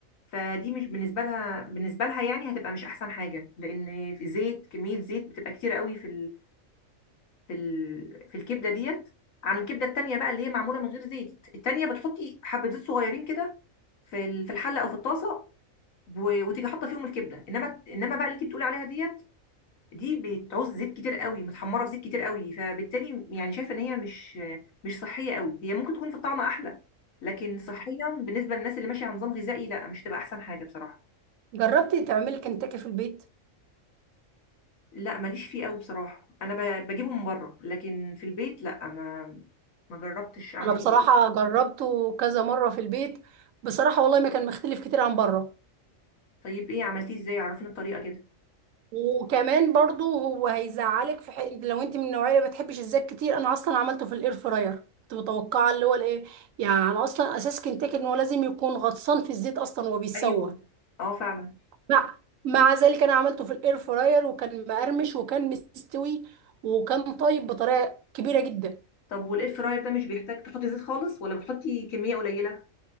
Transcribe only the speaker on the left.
فدي مش بالنسبه لها بالنسبه لها يعني هتبقى مش احسن حاجه لان في زيت كميه زيت بتبقى كتير قوي في في ال... في الكبده ديت عن الكبده التانيه بقى اللي هي معموله من غير زيت التانيه بتحطي حبه زيت صغيرين كده في ال- في الحله او في الطاسه و... وتيجي حاطه فيهم الكبده انما انما بقى اللي انت بتقولي عليها ديت دي بتعوز زيت كتير قوي متحمره في زيت كتير قوي فبالتالي يعني شايفه ان هي مش مش صحيه قوي هي ممكن تكون في الطعم احلى لكن صحيا بالنسبه للناس اللي ماشيه على نظام غذائي لا مش تبقى احسن حاجه بصراحه
لا ماليش فيه قوي بصراحه انا ب... بجيبه من بره لكن في البيت لا ما ما جربتش اعمله
قبل كده
طيب ايه عملتيه ازاي عرفينا الطريقه كده
ايوه اه فعلا
طب والاير فراير ده مش بيحتاج تحطي زيت خالص ولا بتحطي كميه قليله